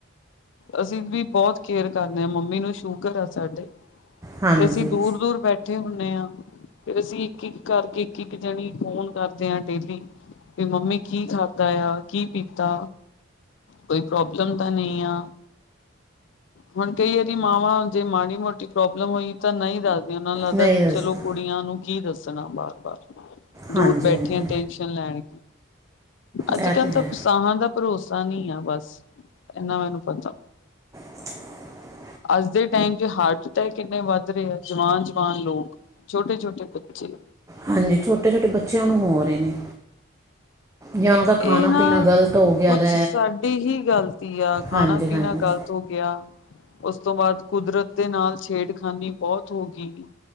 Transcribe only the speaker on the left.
ਅਸੀਂ ਵੀ ਬਹੁਤ ਕੇਅਰ ਕਰਨੇ ਆ ਮੰਮੀ ਨੂੰ ਸ਼ੂਗਰ ਐ ਸਾਡੇ।
ਤੇ ਅਸੀਂ ਦੂਰ, ਦੂਰ ਬੈਠ ਇਕੱਠੇ ਹੁੰਨੇ ਹਾਂ ਫਿਰ ਅਸੀਂ ਇੱਕ, ਇੱਕ ਕਰਕੇ ਇੱਕ, ਇੱਕ ਜਣੀ ਫੋਨ ਕਰਦੇ ਹਾਂ ਡੇਲੀ। ਵੀ ਮੰਮੀ ਕੀ ਖਾਧਾ ਆ ਕੀ ਪੀਤਾ ਕੋਈ ਪ੍ਰੋਬਲਮ ਤਾਂ ਨਹੀਂ ਆ ਹੁਣ ਕਹੀਏ ਦੀ ਮਾਵਾਂ ਜੇ ਮਾੜੀ ਮੋਟੀ ਪ੍ਰੋਬਲਮ ਹੋਈ ਤਾਂ ਨਹੀਂ ਦੱਸਦੀਆਂ ਉਹਨਾਂ ਨੂੰ ਲੱਗਦਾ
ਚਲੋ ਕੁੜੀਆਂ ਨੂੰ ਕੀ ਦੱਸਣਾ ਬਾਰ- ਬਾਰ ਦੂਰ
ਬੈਠੀਆਂ
ਟੈਸ਼ਨ ਲੈਣ ਅੱਜ
ਕੱਲ
ਤਾਂ ਸਾਹਾਂ ਦਾ ਭਰੋਸਾ ਨਹੀਂ ਆ ਬਸ ਇਹਨਾ ਮੈਨੂੰ ਪਤਾ
ਅੱਜ ਦੇ ਟਾਈਮ 'ਚ ਹਾਰਟ ਅਟੈਕ ਕਿੰਨੇ ਵੱਧ ਰਹੇ ਆ ਜਵਾਨ- ਜਵਾਨ ਲੋਕ ਛੋਟੇ- ਛੋਟੇ ਬੱਚੇ
ਇਹ
ਨਾ
ਕੁਛ
ਸਾਡੀ ਹੀ ਗਲਤੀ ਆ ਖਾਣਾ-ਪੀਣਾ
ਗਲਤ ਹੋ ਗਿਆ ਉਸ ਤੋਂ ਬਾਅਦ ਕੁਦਰਤ ਦੇ ਨਾਲ ਛੇੜਖਾਨੀ ਬਹੁਤ ਹੋ ਗਈ।